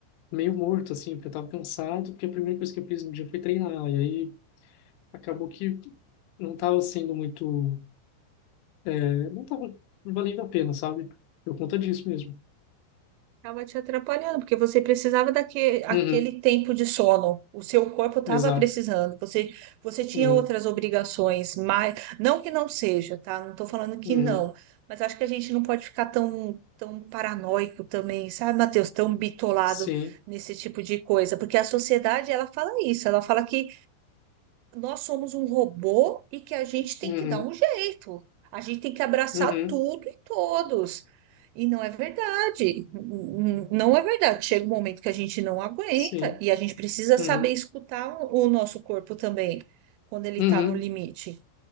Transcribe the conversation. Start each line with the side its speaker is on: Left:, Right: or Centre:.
Left: meio morto, assim, porque eu tava cansado, porque a primeira coisa que eu fiz no dia foi treinar. E aí acabou que não tava sendo muito, eh, não tava valendo a pena, sabe? Por conta disso mesmo.
Right: Estava te atrapalhando, porque você precisava daquele aquele
Left: Uhum,
Right: tempo de sono. O seu corpo estava
Left: exato.
Right: precisando. Você, você tinha
Left: Uhum,
Right: outras obrigações, mas não que não seja, tá? Não estou falando que
Left: uhum,
Right: não, mas acho que a gente não pode ficar tão, tão paranoico também, sabe, Matheus? Tão bitolado
Left: sim.
Right: nesse tipo de coisa, porque a sociedade ela fala isso, ela fala que nós somos um robô e que a gente tem
Left: Uhum,
Right: que dar um jeito. A gente tem que abraçar
Left: uhum,
Right: tudo e todos. E não é verdade. N- n- Não é verdade. Chega um momento que a gente não aguenta
Left: sim.
Right: e a gente precisa
Left: Uhum,
Right: saber escutar o o nosso corpo também, quando ele
Left: uhum.
Right: está no limite.